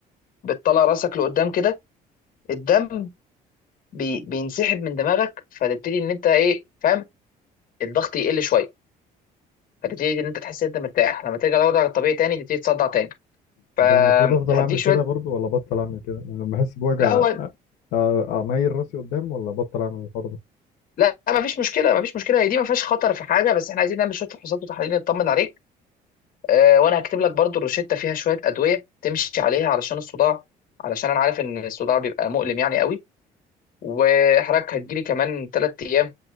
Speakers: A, on the left; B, on the left.
A: بتطلع راسك لقدام كده الدم بي بينسحب من دماغك فتبتدي ان انت ايه فاهم الضغط يقل شويه فتبتدي ان انت تحس ان انت مرتاح لما ترجع لوضعك الطبيعي تاني تبتدي تصدع تاني
B: طب
A: فهديك
B: ده المفروض افضل اعمل كده
A: شويه
B: برضو ولا بطل اعمل كده يعني لما احس بوجع
A: لا هو
B: أ- أ- اميل راسي قدام ولا بطل اعمل الحوار ده
A: لا ما فيش مشكله ما فيش مشكله هي دي ما فيهاش خطر في حاجه بس احنا عايزين نعمل شويه فحوصات وتحاليل نطمن عليك آه، وانا هكتب لك برضو الروشته فيها شويه ادويه تمشي عليها علشان الصداع علشان انا عارف ان الصداع بيبقى مؤلم يعني قوي وحضرتك هتجيلي كمان تلات أيام